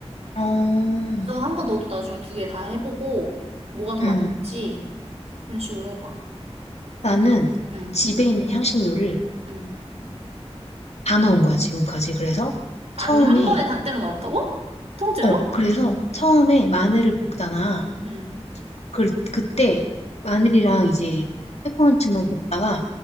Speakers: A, on the left; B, on the right.
A: 어,
B: 그래서 한번 너도 나중에 두 개 다 해보고 뭐가 더 맞는지
A: 응,
B: 그런 식으로 해봐.
A: 나는
B: 응,
A: 집에 있는 향신료를
B: 응.
A: 다 넣은 거야, 지금까지. 그래서
B: 아니,
A: 처음에,
B: 한 번에 다 때려 넣었다고? 통째로?
A: 어, 그래서 처음에 마늘을 볶잖아.
B: 응.
A: 그, 그때 마늘이랑 이제 페퍼론치노 볶다가